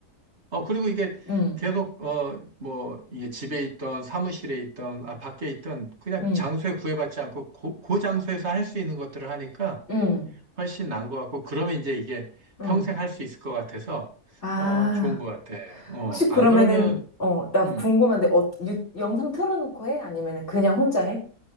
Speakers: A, on the right; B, on the left.
A: 어, 그리고 이게
B: 응,
A: 계속, 어, 뭐, 이게 집에 있던 사무실에 있던, 아, 밖에 있던 그냥
B: 응,
A: 장소에 구애받지 않고 고, 그 장소에서 할 수 있는 것들을 하니까
B: 응,
A: 훨씬 나은 것 같고, 그러면 이제 이게
B: 응.
A: 평생 할 수 있을 것 같아서,
B: 아.
A: 어, 좋은 것 같아. 어,
B: 혹시 그러면은,
A: 안 그러면
B: 어, 나 궁금한데,
A: 음.
B: 어, 유, 영상 틀어놓고 해? 아니면은 그냥 혼자 해?